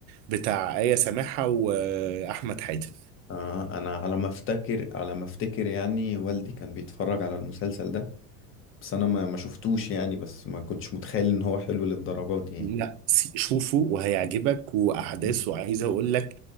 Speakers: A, on the right; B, on the left.
A: بتاع آية سماحة وأحمد حاتم
B: آه انا على ما افتكر على ما افتكر يعني والدي كان بيتفرج على المسلسل ده بس انا ما ما شفتوش يعني بس ما كنتش متخيل ان هو حلو للدرجات دي يعني
A: لا س- شوفه وهيعجبك وأحداثه
B: مم.
A: عايز أقول لك